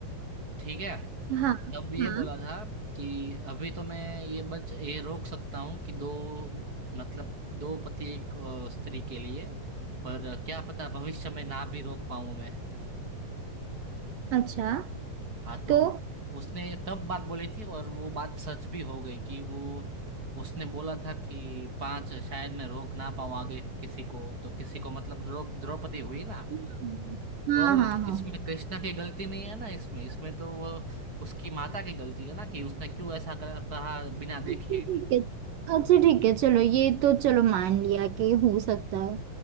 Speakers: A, on the right; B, on the right.
A: ठीक है
B: हाँ हाँ
A: तब ये
B: हाँ
A: बोला था कि अभी तो मैं ये बच ये रोक सकता हूँ कि दो मतलब दो पति एक अ, स्त्री के लिए पर क्या पता भविष्य में ना भी रोक पाऊं मैं
B: अच्छा
A: हाँ तो
B: तो
A: उसने तब बात बोली थी और वो बात सच भी हो गई कि वो उसने बोला था कि पांच शायद मैं रोक ना पाऊँ आगे किसी को तो किसी को मतलब द्रौ, द्रौपदी हुई ना
B: हम्म, हाँ
A: और
B: हाँ
A: इसमें
B: हाँ
A: कृष्णा की गलती नहीं है ना इसमें इसमें तो वो उसकी माता की गलती है ना कि उसने क्यों ऐसा करा- कहा बिना
B: अच्छा
A: देखे
B: ठीक है अच्छा ठीक है चलो ये तो चलो मान लिया कि हो सकता है